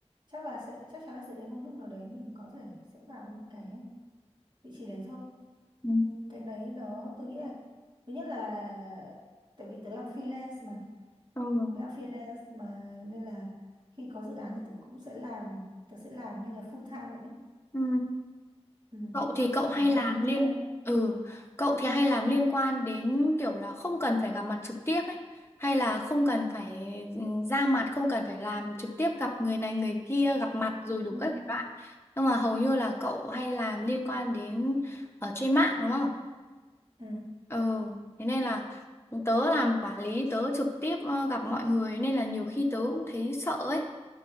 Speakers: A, on the right; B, on the left.
A: chắc là sẽ chắc chắn là sẽ đến một lúc nào đấy mình có thể sẽ vào những cái vị trí đấy thôi
B: Ừ.
A: Thì cái đấy đó tôi nghĩ là thứ nhất là tại vì tớ làm freelance
B: Ừ.
A: làm freelance mà nên là khi có dự án thì tớ cũng sẽ làm tớ sẽ làm như là full time vậy đấy
B: Ừ.
A: ừ.
B: Cậu thì cậu hay
A: tớ làm
B: làm
A: full
B: liên
A: time
B: ừ, cậu thì hay làm liên quan đến kiểu là không cần phải gặp mặt trực tiếp ấy, hay là không cần phải ừ, ra mặt, không cần phải làm trực tiếp gặp người này người kia, gặp mặt rồi đủ
A: ừ.
B: các thể loại. Nhưng mà hầu như là cậu hay làm liên quan đến ở trên mạng đúng không?
A: Ừ.
B: Ừ, thế nên là tớ làm quản lý tớ trực tiếp ờ, gặp mọi người nên là nhiều khi tớ cũng thấy sợ ấy.